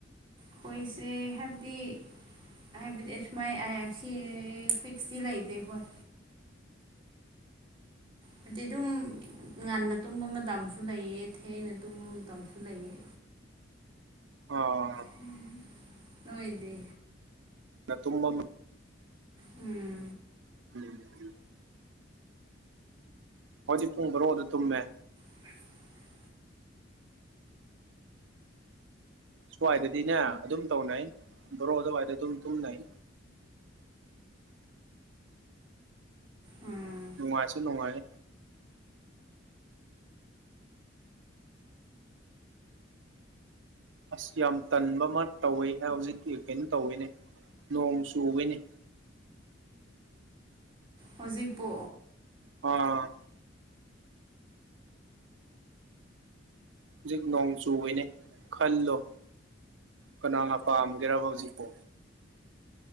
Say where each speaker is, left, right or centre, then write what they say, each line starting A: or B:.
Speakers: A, on the right; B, on the right.
A: ꯈꫭꯏꯁꯦ ꯍꯥꯏꯕꯗꯤ ꯍꯥꯏꯕꯗꯤ ꯑꯁꯨꯃꯥꯏ ꯍꯥꯢꯌꯦ ꯁꯤ ꯐꯤꯛꯁꯇꯤ ꯂꯩꯇꯦ ꯑꯈꯣꯏ ꯍꯥꯏꯗꯤ ꯑꯗꯨꯝ ꯉꯟꯅ ꯇꯨꯝꯕ ꯃꯇꯝꯁꯨ ꯂꯩꯌꯦ ꯊꯦꯡꯅ ꯇꯨꯝꯕ ꯃꯇꯝꯁꯨ ꯂꯩꯌꯦ
B: ꯑꯥ
A: ꯑꯥ ꯅꯣꯏꯗꯤ
B: ꯅ ꯇꯨꯝꯕ
A: ꯎꯝ
B: <unintelligible> ꯑꯈꯣꯢꯗꯤ ꯄꯨꯡ ꯕꯥꯔꯣꯗ ꯇꯨꯝꯃꯦ
A: <unintelligible>
B: ꯁ꯭ꯋꯥꯏꯗꯗꯤꯅꯦ ꯑꯗꯨꯝ ꯇꯧꯅꯩ ꯕꯥꯔꯣ ꯑꯗꯨꯋꯥꯏꯗ ꯑꯗꯨꯝ ꯇꯨꯝꯅꯩ
A: ꯎꯝ
B: ꯅꯨꯡꯉꯥꯢꯁꯨ ꯅꯨꯡꯉꯥꯏ ꯑꯁ ꯌꯥꯝ ꯇꯟꯕ ꯑꯃ ꯇꯧꯋꯦ ꯍꯧꯖꯤꯛꯀꯤ ꯀꯩꯅꯣ ꯇꯧꯋꯤꯅꯦ ꯅꯣꯡ ꯆꯨꯕꯩꯅꯤ
A: ꯍꯧꯖꯤꯛꯄꯨ
B: ꯍꯣꯢ ꯍꯧꯖꯤꯛ ꯅꯣꯡ ꯆꯨꯢꯑꯦꯅꯦ ꯈꯜꯂꯣ ꯀꯅꯥꯅ ꯄꯥꯝꯒꯦꯕ ꯍꯧꯖꯤꯛꯄꯣ